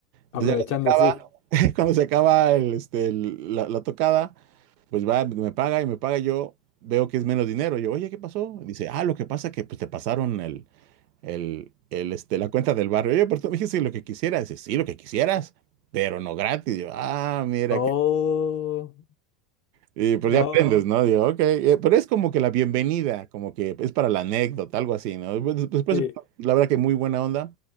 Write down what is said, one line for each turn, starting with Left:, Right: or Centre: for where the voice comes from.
Left: aprovechando,
Right: Entonces ya cuando se acaba,
Left: sí.
Right: <laughs> cuando se acaba el, este, el- la, la tocada, pues va, me paga y me paga yo, veo que es menos dinero. Yo, oye, ¿qué pasó? Dice, ah, lo que pasa que, pues, te pasaron el el, el, este, la cuenta del barrio. Oye, pero tú me dijiste lo que quisieras. Dice, sí, lo que quisieras, pero no gratis. Y yo, ah, mira,
Left: Oh,
Right: que... Y pues
Left: no,
Right: ya aprendes, No. ¿no? Digo, ok. Eh, Pero es como que la bienvenida, como que es para la anécdota, algo así, ¿no? Pues, pues, pues,
Left: sí,
Right: la verdad que muy buena onda.